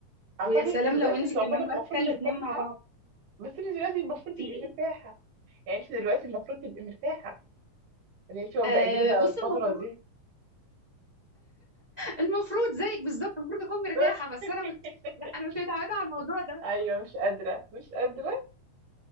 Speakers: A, on the right; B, on the right.
A: اعتقد
B: ويا سلام
A: انت دلوقتي
B: لو انت
A: تعتبر
B: كمان
A: المفروض
B: ماسكه الاتنين
A: مرتاحة
B: مع بعض
A: بس انت دلوقتي المفروض
B: في
A: تبقي
B: ايه
A: مرتاحة يعني انت دلوقتي المفروض تبقي مرتاحة ان انت واخدة
B: آه
A: اجازة
B: بص
A: الفترة
B: المفروض
A: دي
B: المفروض زيك بالظبط المفروض اكون مرتاحه
A: <laughs>
B: بس انا مت... لا انا مش متعوده على الموضوع ده
A: ايوه مش قادرة مش قادرة